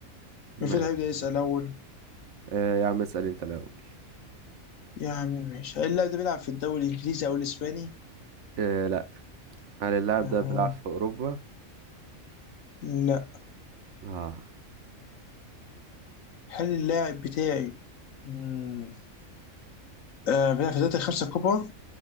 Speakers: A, on the right (about 65°); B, on the left (about 75°).
A: ماشي
B: مين هيبدا يسال اول
A: آه يا عم اسأل انت الأول
B: يا عم ماشي هل اللاعب ده بيلعب في الدوري الانجليزي او الاسباني
A: آه لا هل اللاعب
B: اها
A: ده بيلعب في أوروبا؟
B: لا
A: آه
B: هل اللاعب بتاعي مم. آه بيلعب في الدوري الخمسه الكبرى